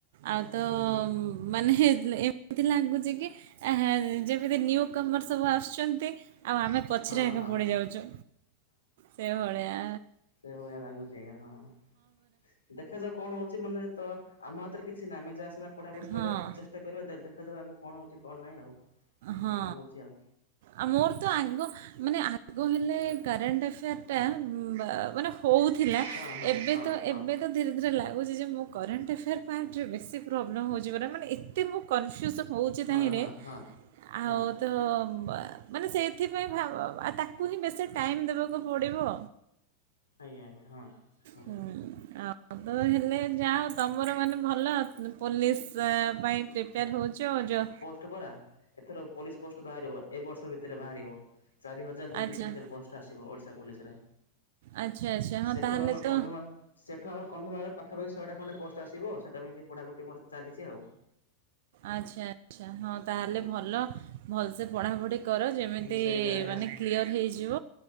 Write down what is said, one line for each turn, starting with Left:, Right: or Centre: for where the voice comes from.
Right: ଆଉ ତ
Left: ହଁ ହଁ।
Right: ଉମ୍। ମାନେ ହେ ଏମିତି ଲାଗୁଚି କିଏ ହେ ଯେମିତି ନିୁକମର୍ସ ସବୁ ଆସୁଚି। ଚନ୍ତି ଆଉ ଆମେ ପଛରେ
Left: ହଁ
Right: ଏକା
Left: ହଁ
Right: ପଡ଼ିଯାଉଛୁ ସେଇଭଳିଆ।
Left: ସେଇ ଭଳିଆ ଲାଗୁଛି ଆଜ୍ଞା, ହଁ ଦେଖାଯାଉ କଣ ହୋଉଛି ମନେ। ତ ଆମ ହାତରେ କିଛିନା ଆମେ ଯାହା ସିନା ପଢାପଢି
Right: ହଁ
Left: କରିବା ଚେଷ୍ଟା କରିବା ଦେ ଦେଖାଯାଉ ଆଗୁକୁ କଣ ହୋଉଚି କଣ ନାଇଁ ଆଉ। ଦେଖିବା
Right: ହଁ
Left: କଣ ହଉଛି ଆଉ
Right: ଆ ମୋର ତ ଆଗ ମାନେ ଆଗ ହେଲେ କରେଣ୍ଟ ଏଫେୟାର୍। ଟା ବାଆ ମାନେ ହୋଉ ଥିଲା
Left: ହଁ ହଁ
Right: ଏବେ
Left: ହଁ
Right: ତ
Left: ହଁ
Right: ଏବେ। ତ ଧୀରେ ଧୀରେ ଲାଗୁଛି ଯେ, ମୁଁ କରେଣ୍ଟ ଏଫେୟାର୍ ପାର୍ଟରେ ବେଶୀ। ପ୍ରୋବ୍ଲେମ୍ ହୋଉଚି ପରା ମାନେ ଏତେ ମୁଁ କନଫ୍ୟୁଜନ୍ ହୋଉଚି
Left: ହଁ
Right: ତାହିଁରେ
Left: ହଁ ହଁ।
Right: ଆଉ।
Left: ହଁ
Right: ତ ମା ମାନେ ସେଇଥିପାଇଁ ଭା - ଭା -ତାକୁ ହିଁ ବେଶୀ ଟାଇମ୍ ଦେବାକୁ ପଡ଼ିବ।
Left: ଆଜ୍ଞା ଆଜ୍ଞା ହଁ। ହଁ
Right: ହୁଁ ଆଉ ତ ହେଲେ ଯାଅ ତମର ମାନେ ଭଲ ପୋଲିସ। ପାଇଁ ପ୍ରିପେୟାର୍ ହୋଉଚ ଆଉ ଜ।
Left: ଥୁପରା ଏଥର ପୋଲିସ ପୋଷ୍ଟ ବାହାରିବ ଏବର୍ଷ ଭିତରେ ବାହାରିବ ଚାରି ହଜାର ଦୁଇ
Right: ଆଚ୍ଛା
Left: ଦୁଇଶହ କେତେରେ ପୋଷ୍ଟ। ଠୁ ଆସିବ ଓଡିଶା ପୋଲିସ ରେ,
Right: ଆଚ୍ଛା ଆଚ୍ଛା ହଁ
Left: ସେଠୁ
Right: ତାହେଲେ
Left: ଆମର
Right: ତ
Left: କନ୍ଧମାଳ। ସେଠୁ ଆମର କନ୍ଧମାଳରେ ପାଖାପାଖି ଶଏଟା ଖଣ୍ଡେ ପୋଷ୍ଟ ଆସିବ ସେଇଟା ଏମିତି ପଢାପଢି ଟିକେ ମୋର ଚାଲିଛି ଆଉ।
Right: ଆଚ୍ଛା ଆଚ୍ଛା ହଁ ତାହେଲେ
Left: ହୁଁ
Right: ଭଲ ଭଲସେ ପଢ଼ାପଢ଼ି କର ଯେମିତି
Left: ହୁଁ ସେଇଟା ଆଜ୍ଞା।
Right: ମାନେ। କ୍ଲିୟର୍ ହେଇଯିବ